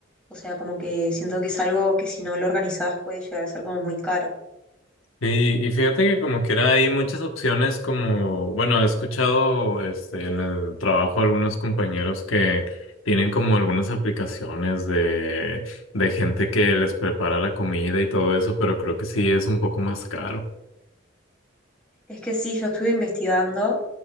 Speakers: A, in the centre; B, on the left.
A: O sea, como que siento que es algo que si no lo organizás puede llegar a ser como muy caro.
B: Sí, y fíjate que como que era hay muchas opciones como, bueno, he escuchado este en el trabajo algunos compañeros que tienen como algunas aplicaciones de, de gente que les prepara la comida y todo eso, pero creo que sí es un poco más caro.
A: Es que sí, yo estuve investigando,